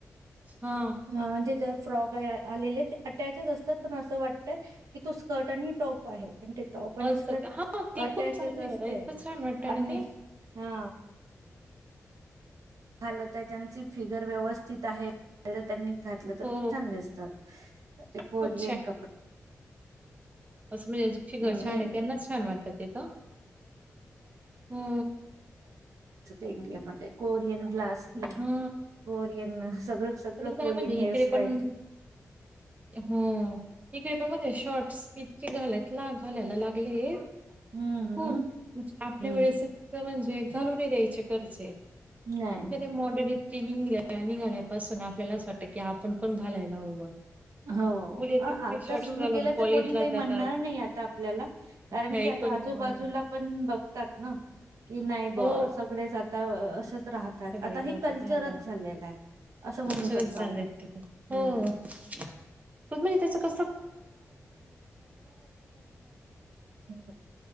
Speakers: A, on the right; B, on the right.
A: हा
B: हा ते जर फ्रॉक आल आलेले ते अटॅच असतात पण असं वाटतं की तो स्कर्ट आणि टॉप आहे पण ते टॉप आणि
A: असं
B: स्कर्ट
A: का हा ते
B: अटॅचच
A: खूप चालू
B: असते
A: आहे इतक छान वाटत
B: आणि
A: ना ते
B: हा हलताच्याची फिगर व्यवस्थित आहे त्यांनी घातलं तर
A: हो
B: खूप छान दिसतात ते कोरियन
A: खूप
B: कपडे
A: अस म्हजेची चगर
B: हम्म.
A: छान
B: कोरियन-
A: आहे त्यांनाच छान वाटतात तेेत हो
B: इंडिया मध्ये कोरयन ग्लास स्किन
A: हा
B: कोरियन सगळं सगळं
A: तर
B: कोरियन
A: म्हणजे
B: हेअरस्टाईल
A: इकडे पण हो इकडे पण म्हणजे शॉर्ट्स इतके घालाय घालायला लागले
B: हम्म हम्म
A: खूप आपल्या
B: हम्म.
A: वेळेस म्हणे म्हणजे घालून नाही दहाचे घरचे
B: नाही
A: मोॉड <unintelligible> की निघ निघाल्यापासून आपल्याला असं वाटतं की आपण पण घालायला हवं
B: हो
A: मुली किती
B: आता
A: शॉर्ट्स
B: सुरू
A: घालून
B: केलं
A: कॉलेजला
B: तर कोणी काही म्हणणार
A: जातात
B: नाही आता आपल्याला कारण
A: नाही
B: की आता
A: कोणी
B: आजूबाजूला
A: कोण
B: पण बघतात ना कि नाही ब
A: हो
B: सगळेच आता <unintelligible> राहतात
A: सगळे
B: आता हे
A: जातात
B: कल्चरच
A: राहतात.
B: झालेलं आहे असं म्हणू
A: सगळंच
B: शकतो
A: चाललंय
B: आपण
A: ते.
B: हम्म..
A: हो <inaudible> <unintelligible> म्हणजे
B: हं.